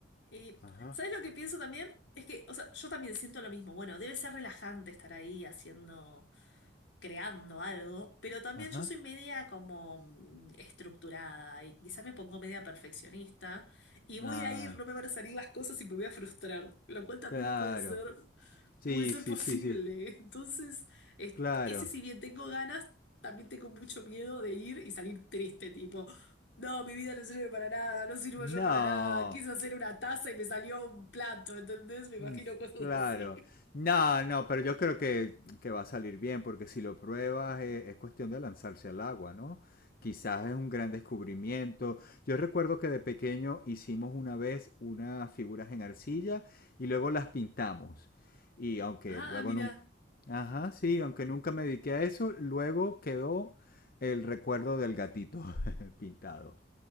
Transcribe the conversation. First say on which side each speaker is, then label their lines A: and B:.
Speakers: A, on the left (about 70°); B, on the left (about 50°).
A: Y,
B: Ajá.
A: ¿sabes lo que pienso también? Es que, o sea, yo también siento lo mismo. Bueno, debe ser relajante estar ahí haciendo. creando algo, pero también
B: Ajá.
A: yo soy media como mm, estructurada y quizás me pongo media perfeccionista y voy
B: Ah,
A: a ir, no me van a salir las cosas y me voy a frustrar, lo cual también
B: claro.
A: puede ser,
B: Sí,
A: puede ser
B: sí,
A: posible.
B: sí, sí.
A: <laughs> Entonces, es-
B: Claro.
A: ese si bien tengo ganas, también tengo mucho miedo de ir y salir triste, tipo, no, mi vida no sirve para nada, no sirvo
B: No.
A: yo para nada, quise hacer una taza y me salió un plato, ¿entendés? Me imagino
B: Mm,
A: cosas
B: Claro.
A: así. <laughs>
B: No, no, pero yo creo que, que va a salir bien, porque si lo pruebas eh, es, cuestión de lanzarse al agua, ¿no? Quizás es un gran descubrimiento. Yo recuerdo que de pequeño hicimos una vez unas figuras en arcilla y luego las pintamos. Y aunque
A: Ah,
B: luego
A: mira.
B: nunca... Ajá, sí, aunque nunca me dediqué a eso, luego quedó el recuerdo del gatito <laughs> pintado.